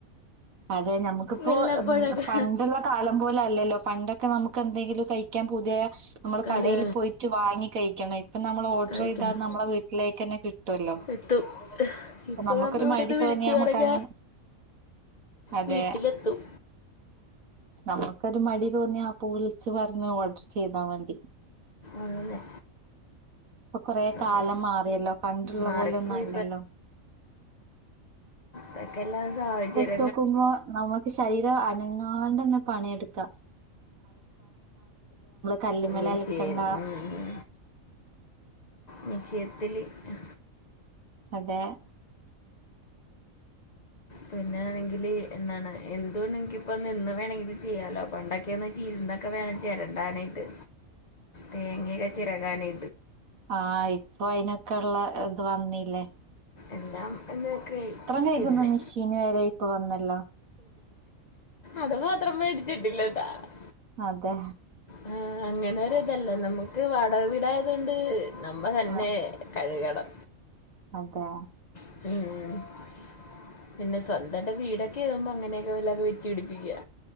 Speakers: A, on the right; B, on the left.
A: അതെ ഞമ്മക്കിപ്പോ
B: വല്ലപ്പോഴൊക്കെ
A: പണ്ടുള്ള കാലം പോലെ അല്ലല്ലോ പണ്ടൊക്കെ നമുക്ക് എന്തെങ്കിലും കഴി ക്യാൻ പുതിയ നമ്മള്
B: കല്
A: കടേല് പോയിറ്റ് വാങ്ങി കയിക്കണം ഇപ്പൊ നമ്മള് ഓഡ്രെയ്താൽ
B: കഴിക്കണം
A: അത് നമ്മളെ വീട്ടിലേക്ക് തന്നെ കിട്ടുവല്ലോ
B: എത്തും ഇപ്പൊ
A: അ നമ്മുക്കൊരു
B: നമ്മൾ ഇവിടുന്ന്
A: മടി
B: വിളിച്ചു
A: തോന്നിയാ മമ്മുക്ക്
B: പറഞ്ഞ
A: അങ്ങനെ അതെ
B: വീട്ടിലെത്തും
A: നമ്മുക്കൊരു മടി തോന്നിയാ പ്പൊ വിളിച്ച് പറഞ്ഞാ ഓഡർ ചെയ്താ മതി
B: അതല്ലേ
A: പ്പ കൊറെ
B: നമ്മൾ
A: കാലം മാറിയല്ലോ പണ്ടുള്ള
B: മാറിപ്പോയി
A: പോലൊന്നും അല്ലല്ലോ
B: തെക്കെല്ലാം സാഹചര്യം
A: ചോക്കുമ്പോ നമുക്ക് ശരീരം അന ങ്ങാണ്ടെന്നെ പണി എടുക്കാം കല്ലുമ്മല്
B: മിഷേൻ
A: അലക്കണ്ട.
B: ഉ ഉ മിഷേത്തിലിട്ടാ
A: അതെ
B: പിന്നാണെങ്കില് എന്താണ് <unintelligible> ഇപ്പ നിന്ന് വേണങ്കിലും ചെയ്യാലോ പണ്ടൊക്കെന്ന്ച്ചാ ഇരുന്നൊക്കെ വേണം ചേരണ്ടാനായിട്ട് തേങ്ങെ ചെരകാനേ
A: ആ ഇപ്പൊ അയിനൊക്കൊള്ള ഇത് വന്നീല്ലേ
B: എല്ലാം എന്നക്കെ
A: കഴുകുന്ന
B: പിന്നെ
A: മെഷീന് വരെ ഇപ്പൊ വന്നല്ലോ
B: അത് മാത്രം മേടി റ്റിഡില്ല ഡാ <unintelligible>
A: അതെ
B: അ അങ്ങന ഒരു ഇതല്ല നമുക്ക് വാടക വീടായതോണ്ട് നമ്മ തന്നെ
A: ആഹ്
B: കഴുക ബ
A: അതെ
B: <unintelligible> പിന്നെ സ്വന്താട്ട് വീടൊക്കെ ആമ്പോ അങ്ങനെയൊക്കെ വല്ലോം വെച്ച് പിടിപ്പിക്കാ